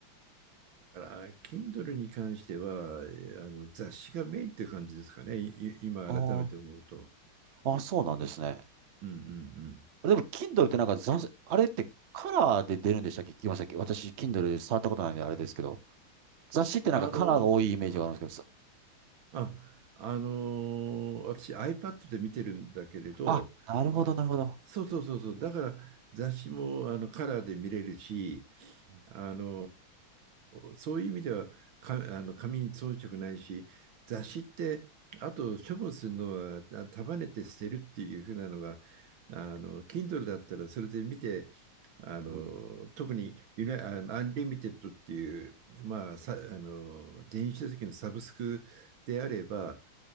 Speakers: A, on the right (about 70°); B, on the right (about 90°).
A: だから、Kindle に関しては、えあの雑誌がメインって感じですかね、い今改めて思うと。
B: ああ、あ、そうなんですね。
A: うんうんうん。
B: でも Kindle ってなんか雑誌、あれってカラーで出るんでしたっけ聞きましたっけ私、Kindle で触ったことないんであれですけど。雑誌ってなんかカラーが多いイメージがあるんですけど、
A: あの、あ、あのー私 iPad で見てるんだけれど、
B: あ、なるほど、
A: あ、
B: なるほど。
A: そうそうそうそう、だから雑誌もあのカラーで見れるし、
B: うん、
A: あのーそういう意味ではか、あの紙に遜色ないし、雑誌って、あと処分するのはあ束ねて捨てるっていうふうなのが、あの Kindle だったらそれで見て、あの特にユナ、
B: うん。
A: あのアンリミテッドっていう、まあ、さあの電子書籍のサブスクであれば、